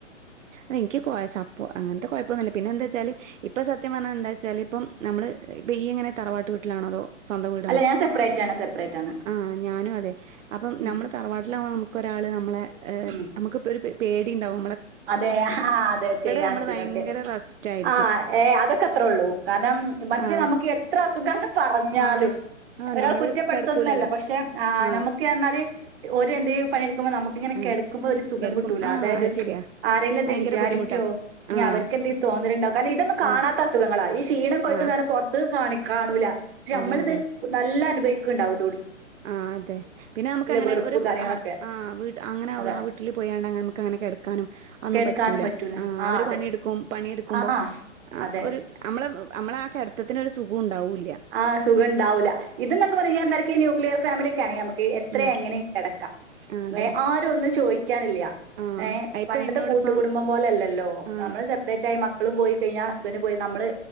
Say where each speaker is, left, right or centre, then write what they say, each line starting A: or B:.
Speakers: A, on the right (about 80°); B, on the right (about 50°).
A: ആ ഇൻക്ക് കൊറെ സപ്പോർട്ട് അങ്ങൻത്തെ കൊഴ ഇപ്പൊന്നുല്ല ഇപ്പൊന്നൂല പിന്നെന്താച്ചാല് ഇപ്പൊ സത്യം പറഞ്ഞാ എന്താച്ചാല് ഇപ്പം നമ്മള് ഇയ്യ് എങ്ങനെ തറവാട്ട് വീട്ടിലാണോ അതോ സ്വന്തം വീടിണോ
B: അല്ല ഞാൻ സെപ്പറേറ്റ് ആണ് സെപ്പറേറ്റ് ആണ്
A: ആഹ് ഞാനും അതെ അപ്പം
B: ഉം
A: നമ്മള് തറവാട്ടിലാവ്മം നമുക്ക് ഒരാള് മ്മളെ എ
B: ഉം
A: നമുക്ക് ഇപ്പൊ ഒരു പെ പേട് ടിയുണ്ടാവും
B: അതെ ആ അതെ ചെയ്യാനും
A: നമ്മള്
B: ഇതിനൊക്കെ
A: ഭയങ്കര റെസ്റ്റ് ആയിരിക്കും
B: ആ ഏ അതൊക്കെ അത്രേ ഉള്ളൂ കാരണം മറ്റേ
A: ആഹ്
B: നമുക്ക് എത്ര അസുഖം ആന്ന് പറഞ്ഞാലും
A: ആഹ് ആഹ്
B: ഒരാൾ
A: നമ്മള്
B: കുറ്റപ്പെടുത്തുന്നല്ല
A: കെടക്കൂലല്ലോ
B: പക്ഷെ ആ
A: ആഹ്
B: നമുക്ക് എന്നാല് ഓര് എന്തേലും പണിയെടു ക്കുമ്പം നമുക്കിങ്ങനെകിടക്കുമ്പോ
A: ആഹ്
B: ഒരു സുഖം
A: കെടക്കും
B: കിട്ടൂലേ
A: ആഹ്
B: അതായത്
A: അത് ശരിയാ
B: ആരെങ്കിലും എന്ത്
A: ഭയങ്കര
B: വിചാരിക്കുവോ
A: ബുദ്ധിമുട്ടാ
B: ഇനി
A: ആഹ്
B: അവർക്ക് എന്തെ തോന്നലുണ്ടോ കാരണം ഇതൊന്നും കാണാത്ത
A: ആഹ്
B: അസുഖങ്ങളാ ഈ ക്ഷീണം കൊയ്ക്കുന്നെ
A: ആഹ്
B: പുറത്ത് കാണി കാണൂല പക്ഷെ
A: അതെ
B: അമ്മളിത്
A: അതെ
B: നല്ല അനുഭവി ക്കുണ്ടാവും
A: ആഹ് അതെ പിന്നെ നമുക്ക് അങ്ങനെ
B: വെറുപ്പ്
A: ഒരു
B: കാര്യങ്ങളൊക്കെ
A: അ ആ വീട്ട് അങ്ങനെ
B: അതെ
A: ആ വീട്ടില് പോയാണ്ടെ നമുക്ക് അങ്ങനെ കെടക്കാൻ നും അതൊന്നും
B: കെടക്കാനും
A: പറ്റൂല ആഹ്
B: ആ
A: അവര്
B: അതെ
A: പണി ഇടുക്കും പണിയെടുക്കുമ്പോ
B: ആ
A: അ
B: അതെ.
A: ഒരു അമ്മള് അമ്മളെ ആ കെടത്തത്തിന് ഒരു സുഖം ഇണ്ടാവൂല
B: ആഹ് സുഖംണ്ടാവുല്ല ഇത് ന്നൊക്കെ പറഞ്ഞ <unintelligible> ന്യൂക്ലിയർ ഫാമിലിക്കാണങ്കി നമക്ക് എത്ര
A: ഉം
B: എങ്ങനെ കെടക്കാം
A: ആഹ് അതെ
B: എ ആരും ഒന്നും ചോയ്ക്ക ക്ക്യാനില്ല
A: ആഹ്
B: ഏ
A: ഇപ്പൊ
B: പണ്ടത്തെ
A: എന്നോടിപ്പം
B: കൂട്ട് കുടുംബം പോലെയല്ലല്ലോ
A: ആഹ്
B: നമ്മള് സെപ്പറേറ്റ് ആയി മ ക്കളും പോയി കഴിഞ്ഞാ ഹസ്ബന്റും പോയി നമ്മള്